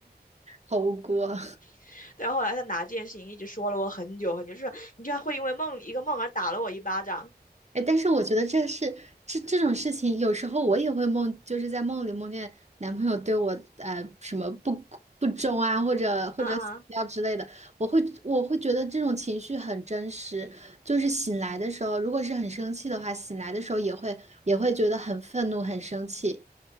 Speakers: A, on the right; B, on the left.
A: 好无辜啊。
B: <laughs> 对，后来他拿这件事情一直说了我很久很久，就是你居然会因为梦一个梦而打了我一巴掌。
A: 哎，但是我觉得这是这这种事情，有时候我也会梦，就是在梦里梦见男朋友对我呃什么不不忠啊，或者或者死掉之类的，
B: 啊啊，
A: 我会我会觉得这种情绪很真实。就是醒来的时候，如果是很生气的话，醒来的时候也会也会觉得很愤怒、很生气。